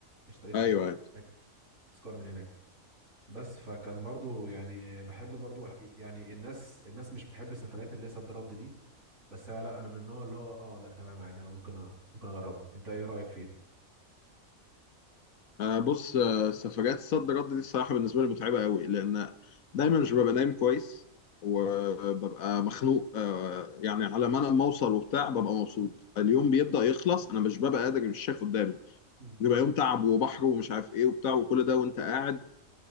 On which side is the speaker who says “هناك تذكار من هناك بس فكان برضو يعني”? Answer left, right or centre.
Right